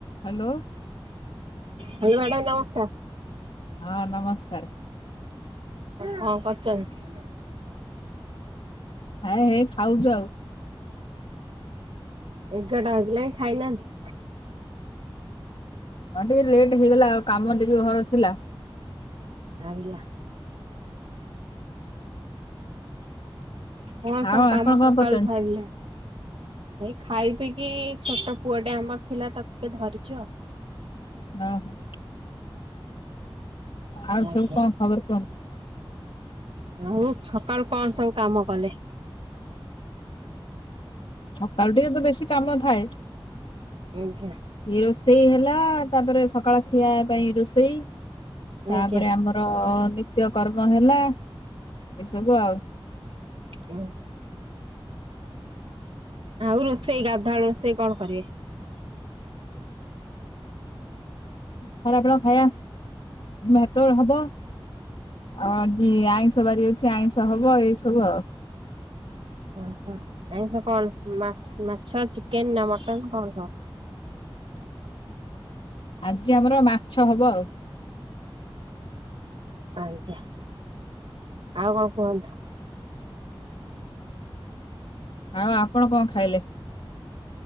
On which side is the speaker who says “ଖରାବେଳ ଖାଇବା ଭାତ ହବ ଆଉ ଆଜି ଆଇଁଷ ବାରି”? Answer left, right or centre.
Left